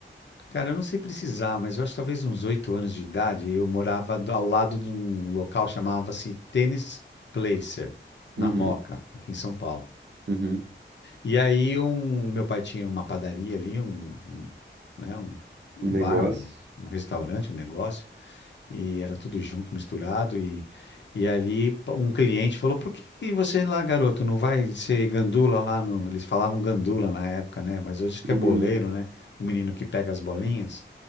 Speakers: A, on the left; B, on the right.
A: Cara, eu não sei precisar, mas eu acho que talvez uns oito anos de idade. Eu morava do- ao lado de um local chamava-se Tênis Placer,
B: Uhum,
A: na Moca, aqui em São Paulo.
B: uhum.
A: E aí um, meu pai tinha uma padaria ali, um, um, né, um, um
B: Um negócio.
A: bar, um, um restaurante, um negócio, e era tudo junto, misturado, e, e ali pa- um cliente falou, por que que você lá, garoto, não vai ser gandula lá no... Eles falavam gandula na época, né? Mas hoje que
B: Uhum.
A: é boleiro, né? O menino que pega as bolinhas.